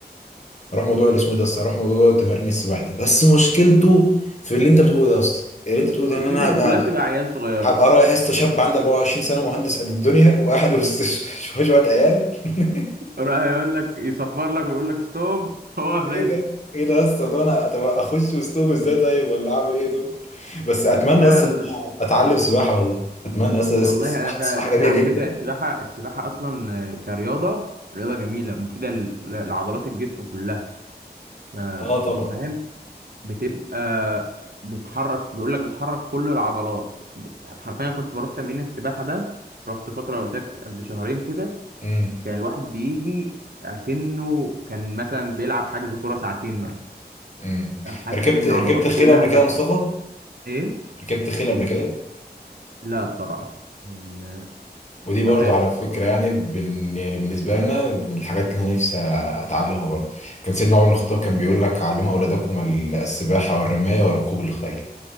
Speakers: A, on the left; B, on the right.
A: اروح موضوع اللي اسمه إيه ده يا اسطى اروح موضوع تمارين السباحه ده بس مشكلته في اللي انت بتقوله
B: آه.
A: ده يا اسطى اللي انت بتقوله ده
B: السيشن
A: ان انا هبقى
B: كلها
A: هبقى
B: بتبقى عيال صغيرة
A: هبقى رايح يا اسطى شاب عندي 24 سنه مهندس قد الدنيا وقاعد وسط ش- شويه شويه عيال <laughs>
B: يروح يقول لك يصفر لك ويقول لك ستوب <laughs> واقف
A: ايه
B: هنا
A: ده ايه ده يا اسطى ده انا طب اخش وسطهم ازاي طيب ولا اعمل ايه دول بس اتمنى
B: فعلا
A: اصلا ان انا اتعلم سباحه والله اتمنى اصلا
B: والله
A: السباحه
B: انا فعلا
A: السباحه جميله
B: على
A: جدا
B: فكره السباحه السباحه اصلا آه، كرياضه رياضه جميله مفيده ل- ل- لعضلات الجسم كلها ما
A: اه طبعا
B: انت فاهم بتبقى بتحرك بيقول لك بتحرك كل العضلات حرفيا كنت بروح تمرين السباحه ده رحت فتره قلت لك قد شهرين كده
A: مم.
B: كان الواحد بيجي اكنه كان مثلا بيلعب حجز كوره ساعتين مثلا
A: امم
B: حاسس
A: ركبت
B: ان
A: ركبت
B: عضلاته
A: خيل
B: كلها
A: قبل
B: فكه
A: كده يا مصطفى
B: ايه
A: ركبت خيل قبل كده
B: لا بصراحه آه،
A: ودي
B: بخاف
A: برضو على
B: بصراحه
A: فكرة يعني بن يعني بالنسبة لنا من الحاجات اللي أنا نفسي أتعلمها برضو كان سيدنا عمر بن الخطاب كان بيقول لك علموا أولادكم ال- السباحة والرماية وركوب الخيل